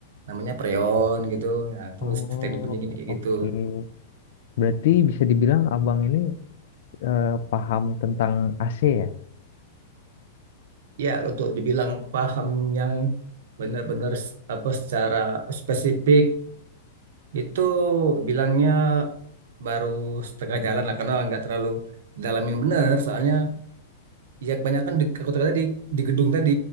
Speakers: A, on the right; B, on the left.
A: namanya preon gitu. Nah, itu
B: Oh,
A: teknik pendidikan kayak
B: oke.
A: gitu.
B: Berarti bisa dibilang abang ini eh, paham tentang AC ya?
A: Ya, untuk dibilang paham yang benar-benar s- apa secara spesifik itu bilangnya baru setengah jalan lah karena nggak terlalu dalamin benar soalnya ya kebanyakan di, aku tadi di, di gedung tadi